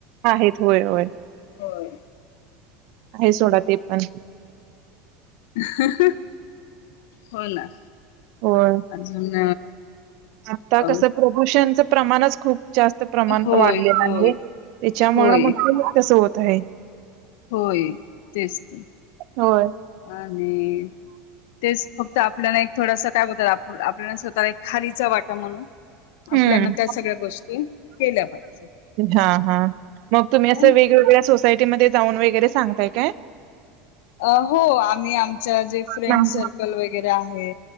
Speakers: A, on the right; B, on the left.
A: <inaudible> आहेत होय होय,
B: होय.
A: आहे सोडा ते पण
B: ह् हो ना
A: होय
B: अजून
A: आता
B: अ
A: कसं प्रदूषणच प्रमाणच खूप जास्त प्रमाण
B: होय
A: वाढलेलं
B: होय
A: आहे. त्याच्यामुळे
B: होय
A: मग ते तसं होतं तळे.
B: होय तेच तर.
A: होय.
B: आणि तेच तर आपल्याला एक थोडंस काय होत ताप आपल्याला स्वतःला एक खारीचा वाटा म्हणून आपल्याना
A: हम्.
B: त्या सगळ्या गोष्टी केल्या पाहिजेत
A: हा. हा. मग तुम्ही असं
B: ह ना.
A: वेगवेगळ्या सोसायटी टी मध्ये जाऊन वगैरे सांगताय काय.
B: अ. हो. आम्ही आम जे फ्रेंड-सर्कल
A: म्हणजे
B: वगैरे आहे.